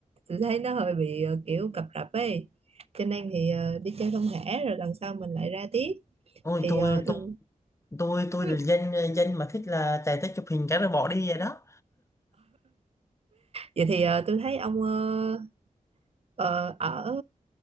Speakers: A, on the right; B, on the left.
A: tôi thấy nó hơi bị ờ, kiểu cập rập ấy cho nên thì ờ, đi chơi không thể rồi lần sau mình lại ra tiếp
B: ôi
A: thì
B: tôi
A: ờ,
B: tôi
A: tôi
B: tôi tôi
A: <laughs>
B: là dân dân mà thích là chạy tới chụp hình cái rồi bỏ đi vậy đó
A: vậy thì ờ, tôi thấy ông ờ, ờ, ở